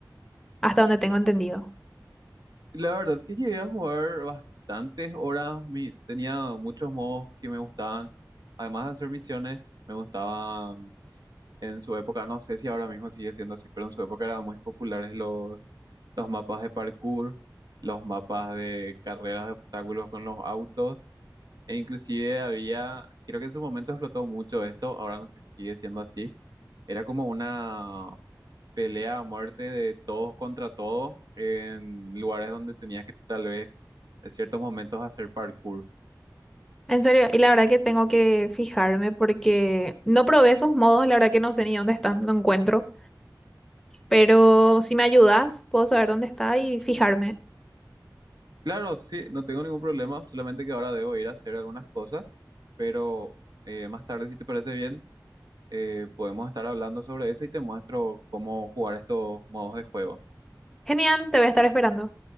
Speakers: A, in the centre; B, on the right.
A: hasta donde tengo entendido.
B: La verdad es que llegué a jugar bastantes horas, mi- tenía muchos modos que me gustaban, además de hacer misiones, me gustaban En su época, no sé si ahora mismo sigue siendo así, pero en su época eran muy populares los, los mapas de parkour, los mapas de carreras de obstáculos con los autos, e inclusive había, creo que en su momento explotó mucho esto, ahora no sé si sigue siendo así, era como una pelea a muerte de todos contra todos en lugares donde tenías que tal vez en ciertos momentos hacer parkour.
A: En serio, y la verdad que tengo que fijarme porque no probé esos modos, la verdad que no sé ni dónde están, no encuentro. Pero si me ayudas, puedo saber dónde está y fijarme.
B: Claro, sí, no tengo ningún problema, solamente que ahora debo ir a hacer algunas cosas, pero eh, más tarde, si te parece bien, eh, podemos estar hablando sobre eso y te muestro cómo jugar estos modos de juego.
A: Genial, te voy a estar esperando.